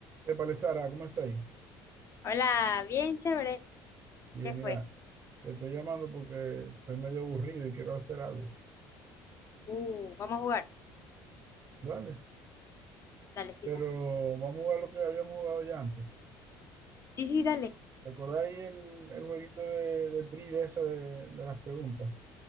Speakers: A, on the right; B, on the left.
A: Épale, Sara, ¿cómo está ahí?
B: Hola, bien chévere.
A: Bien,
B: ¿Qué fue?
A: mira, te estoy llamando porque estoy medio aburrido y quiero hacer algo.
B: Uh, vamos a jugar.
A: Dale,
B: Dale, Sisa.
A: pero vamos a jugar lo que habíamos jugado ya antes.
B: Sí, sí, dale.
A: ¿Te acordáis el, el jueguito de, de trivia esa de, de las preguntas?